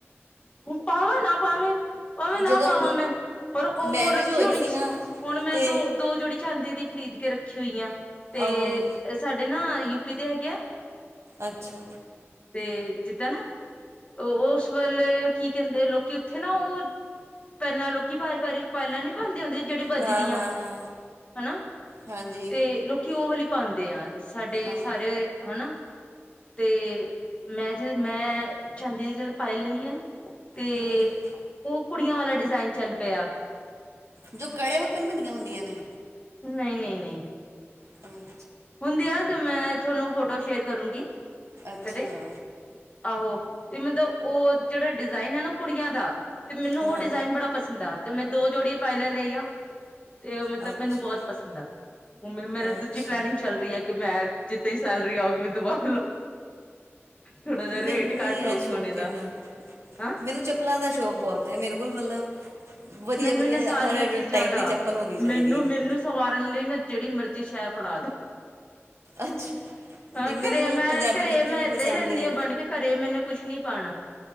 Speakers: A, on the left; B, on the right.
A: ਪਾਵਾਂ ਨਾ ਪਾਵੇ, ਭਾਵੇਂ ਨਾ
B: ਜਦੋਂ
A: ਪਾਵਾਂ ਮੈਂ ਪਰ ਉਹ
B: ਮੈਰਿਜ
A: ਰੱਖੀ
B: ਹੋਈ
A: ਹੋਣੀ,
B: ਸੀ ਨਾ
A: ਹੁਣ ਮੈਂ
B: ਤੇ
A: ਦੋ-ਦੋ ਜੋੜੀ ਚਾਂਦੀ ਦੀ ਖਰੀਦ ਕੇ ਰੱਖੀ ਖਰੀਦ ਕੇ ਰੱਖੀ ਆ ਹੋਈਐ। ਤੇ
B: ਆਹੋ
A: ਸਾਡੇ ਨਾ ਪੀਦੇ ਹੈਗੇ ਆ <unintelligible>
B: ਅੱਛਾ
A: ਤੇ ਜਿੱਦਾਂ ਨਾ ਉਹ ਉਸ ਵੇਲੇ ਕੀ ਕਹਿੰਦੇ, ਲੋਕੀ ਉੱਥੇ ਨਾ ਉਹ ਪਹਿਲਾਂ ਲੋਕੀ ਵਾਰੀ ਵਾਰੀ ਪੈਲਾਂ ਨੀ ਪਾਉਂਦੇ ਹੁੰਦੇ। ਜਿਹੜੇ ਵੱਜਦੀਆਂ
B: ਹਾਂ ਹਾਂ ਹਾਂ
A: ਹਨਾ
B: ਹਾਂਜੀ
A: ਤੇ ਲੋਕੀ ਉਹ ਵਾਲੀ ਪਾਉਂਦੇ ਆ ਸਾਡੇ
B: ਆਹ,
A: ਸਾਰੇ ਹਨਾ। ਤੇ ਮੈਂ ਜੇ ਮੈਂ ਚਾਂਦੀ ਦੀ ਜਦੋਂ ਪਾਇਲ ਲੈਣੀ ਆ। ਤੇ
B: ਹਮ,
A: ਉਹ ਕੁੜੀਆਂ ਵਾਲਾ ਡਿਜ਼ਾਈਨ ਟਰੈਡ ਚੱਲ ਪਿਆ।
B: ਜੋ ਕੜੇ ਵੱਕਣ ਬਣੀਆਂ ਹੁੰਦੀਆਂ ਨੇ,
A: ਨਹੀਂ ਨਹੀਂ ਨਹੀਂ।
B: ਹੂੰ
A: ਹੁੰਦੀ ਆ ਤੇ ਮੈਂ ਤੁਹਾਨੂੰ ਫੋਟੋ ਸ਼ੇਅਰ ਕਰੂੰਗੀ।
B: ਅੱਛਾ
A: ਕਦੇ, ਆਹੋ ਤੇ ਮਤਲਬ ਉਹ ਜਿਹੜਾ ਡਿਜਾਇਨ ਹੈ ਨਾ ਕੁੜੀਆਂ ਦਾ, ਤੇ ਮੈਨੂੰ
B: ਹਾਂ
A: ਉਹ ਡਿਜਾਇਨ ਬੜਾ ਪਸੰਦ ਆ। ਤੇ ਮੈਂ ਦੋ ਜੋੜੀ ਪਾਇਲ ਲਈਆਂ ਤੇ ਮਤਲਬ
B: ਅੱਛਾ
A: ਮੈਨੂੰ ਬਹੁਤ ਪਸੰਦ ਆ। ਮ ਮੇਰਾ
B: ਅੱਛਾ
A: ਦੂਜੀ ਪਲੈਨਿੰਗ ਚੱਲ ਰਹੀ ਹੈ ਕਿ ਮੈਂ ਜਿੱਦਾਂ ਹੀ ਸੈਲਰੀ ਆਉਗੀ ਮੈਂ ਦੁਬਾਰ ਲ ਥੋੜਾ ਜਿਹਾ
B: ਮੈਨੂੰ
A: ਰੇਟ ਘੱਟ
B: ਨੀ ਇਹ
A: ਹੋ ਸੋਨੇ
B: ਸ਼ੋਕ ਇਨਾ
A: ਦਾ ਹਾਂ
B: ਮੈਨੂੰ ਚੱਪਲਾਂ ਦਾ ਸ਼ੌਕ ਬਹੁਤ ਤੇ ਮੇਰੇ ਕੋਲ ਮਤਲਬ ਵਧੀਆ
A: ਮੈਨੂੰ
B: ਵਧੀਆ
A: ਨਾ ਸਾਰੀਆਂ
B: ਹਰ
A: ਚੀਜ਼ਾਂ
B: ਟਾਈਪ
A: ਦਾ
B: ਦੀ ਚੱਪਲ ਹੋਣੀ ਚਾਹੀਦੀ
A: ਮੈਨੂੰ ਮੈਨੂੰ
B: ਹੈ
A: ਸਵਾਰਨ ਲਈ ਨਾ ਜਿਹੜੀ ਮਰਜ਼ੀ ਸ਼ਹਿ ਫੜਾ ਦੋ।
B: ਅੱਛਾ
A: ਹਾਂ
B: ਦੀ ਮੈਨੂੰ
A: ਘਰੇ
B: ਮਤਲਬ
A: ਮੈਂ
B: ਪੰਜਾਬੀ
A: ਘਰੇ
B: ਜੁੱਤੀ
A: ਮੈਂ
B: ਵੀ
A: ਏਦਾਂ
B: ਪਸੰਦ
A: ਹੀ ਰਹਿੰਦੀ
B: ਹੈ
A: ਹਾਂ ਬਣ ਕੇ ਘਰੇ ਮੈਨੂੰ ਕੁਛ ਨੀ ਪਾਉਣਾ